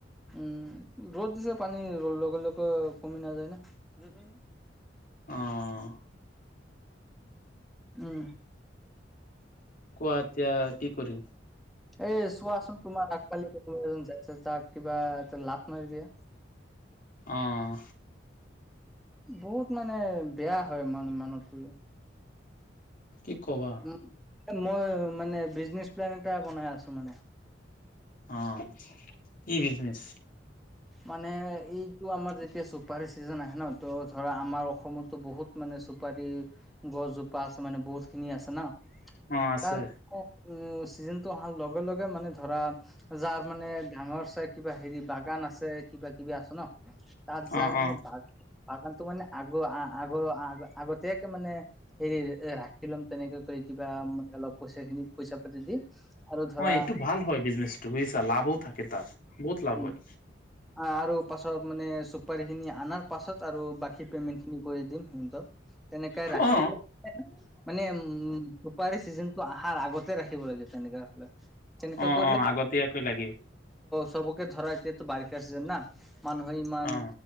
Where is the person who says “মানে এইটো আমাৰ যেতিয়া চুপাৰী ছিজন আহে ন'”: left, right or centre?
Centre